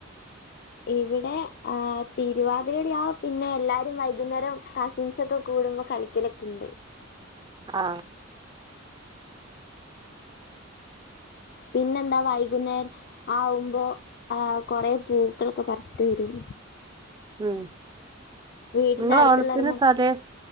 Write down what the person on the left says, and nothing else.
ഇവിടെ ആ തിരുവാ അത് ശെരിയാ പിന്നെ എല്ലാരും വൈകുന്നേരം കസിൻസൊക്കെ കൂടുമ്പോ കളിക്കലൊക്കെ ഇണ്ട്.
പിന്നെന്താ വൈകുന്നേര ആവുമ്പോ ആ കൊറേ പൂക്കളൊക്കെ പറിച്ചിട്ട് വരും
വീടിന്റെ
അടുത്തുള്ളൊരു
മ